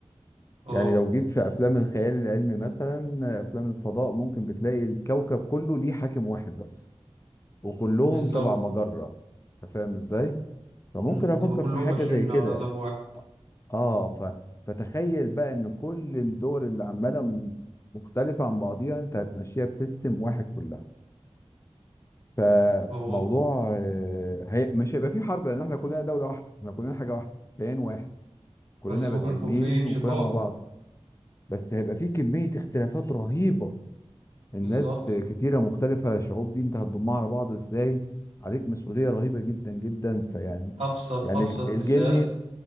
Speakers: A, on the right (about 70°); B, on the left (about 25°).
A: اه
B: يعني لو جيت في افلام الخيال العلمي مثلا افلام الفضاء ممكن بتلاقي الكوكب كله ليه حاكم واحد بس وكلهم
A: بالظبط
B: تبع مجرة انت فاهم ازاي فممكن
A: أمم،
B: افكر
A: هما كلهم
B: في حاجة
A: ماشيين
B: زي كده
A: على نظام واحد
B: اه ف... فتخيل بقى ان كل الدول اللي عمالة م- مختلفة عن بعضيها انت هتمشيها بسيستم واحد كلها فموضوع
A: اهو
B: آه، هي... مش هيبقى في حرب لان احنا كلنا دولة واحدة احنا كلنا حاجة واحدة كيان واحد كلنا
A: بس ممكن
B: بني
A: يكون
B: ادمين
A: في انشقاق
B: وكلنا مع بعض بس هيبقى في كمية اختلافات رهيبة الناس
A: بالظبط
B: كتيرة مختلفة شعوب دي انت هتضمها على بعض ازاي عليك مسؤولية رهيبة جدا جدا فيعني
A: ابسط
B: يعني
A: ابسط
B: الج- الجني
A: مثال